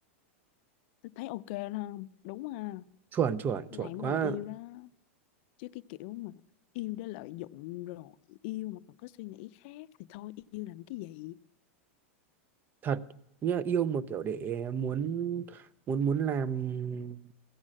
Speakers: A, on the left (about 55°); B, on the right (about 25°).
A: tôi thấy ok đó không đúng ha
B: chuẩn chuẩn
A: Cái
B: chuẩn
A: này mới
B: quá
A: gọi là yêu đó chứ cái kiểu mà yêu để lợi dụng rồi yêu mà còn có suy nghĩ khác thì thôi yêu làm cái gì
B: thật nghĩa là yêu một kiểu để muốn muốn muốn làm